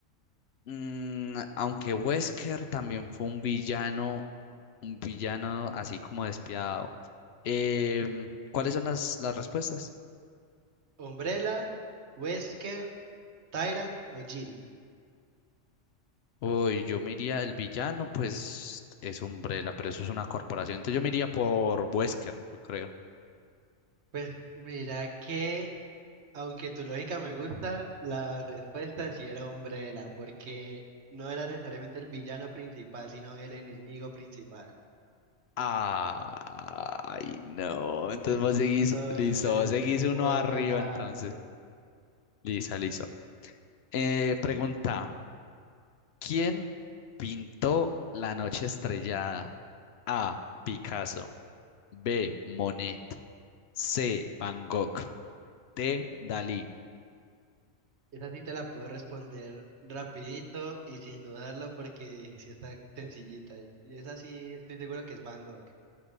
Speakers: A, on the left (about 60°); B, on the right (about 60°).
A: mm, aunque Wesker también fue un villano, un villano así como despiadado. Em, ¿cuáles son las, las respuestas?
B: Umbrella, Wesker, Tyrant o Jill.
A: Uy, yo me iría, el villano, pues es Umbrella, pero eso es una corporación. Entonces yo me iría por Wesker, yo creo.
B: Pues mira que, aunque tu lógica me gusta, la respuesta sí era Umbrella, porque no era necesariamente el villano principal, sino el enemigo principal.
A: Ay, no. Entonces vos
B: Entonces
A: seguís, listo, vos seguís uno
B: voy
A: arriba,
B: ganando.
A: entonces. Lisa, listo. Eh, pregunta: ¿Quién pintó La Noche Estrellada? A. Picasso. B. Monet. C. Van Gogh. D. Dalí.
B: Esa sí te la puedo responder rapidito y sin dudarlo porque sí está sencillita. Y esa sí estoy seguro que es Van Gogh.